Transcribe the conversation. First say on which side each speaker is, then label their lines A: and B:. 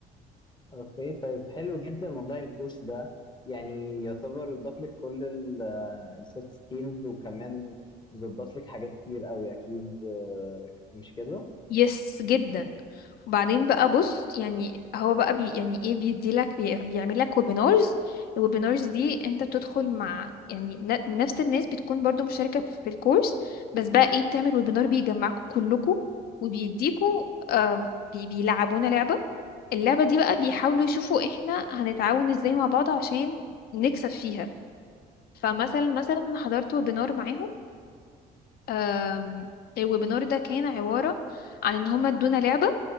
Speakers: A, on the left; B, on the left.
A: اوكي طيب حلو جدا والله الكورس ده يعني يعتبر ضاف لك كل السوفت سكيلز وكمان ظبط لك حاجات كتير قوي اكيد آه، مش كده
B: يس جدا وبعدين بقى بص يعني هو بقى بي يعني ايه بيديلك بي- بيعمل لك ويبينارز الويبينارز دي انت بتدخل مع يعني ن- نفس الناس بتكون برضو مشاركة في الكورس بس بقى ايه بتعمل ويبينار بيجمعكم كلكم وبيديكوا آم، بي- بيلعبونا لعبة اللعبة دي بقى بيحاولوا يشوفوا احنا هنتعاون ازاي مع بعض عشان نكسب فيها فمثلا مثلا انا حضرت ويبينار معاهم آم، الويبينار ده كان عبارة عن ان هما ادونا لعبة